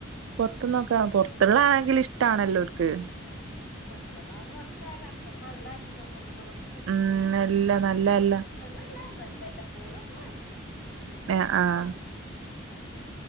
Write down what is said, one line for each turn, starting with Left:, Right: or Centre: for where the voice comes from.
Right: പൊറത്ത്ന്നൊക്കെ വാങ്ങി കൊട് പൊറത്തുള്ളാതാണെങ്കിൽ ഇഷ്ടണല്ലോർക്ക്
Left: അ പിന്നെ പൊറത്തൂന്നുള്ളാന്ന് പറഞ്ഞിട്ട് കാര്യല്ല അത്ര നല്ലല്ലല്ലോ പുറത്തൂന്നുള്ള ഫുഡ്-
Right: ഉം നല്ല നല്ലയല്ല
Left: എപ്പോഴ്വല്ല എന്നാലും എല്ലപ്പോഴും ഒക്കെ വാങ്ങിക്കും.
Right: ഏഹ് ആഹ്
Left: അത്രേ ഉള്ളൂ.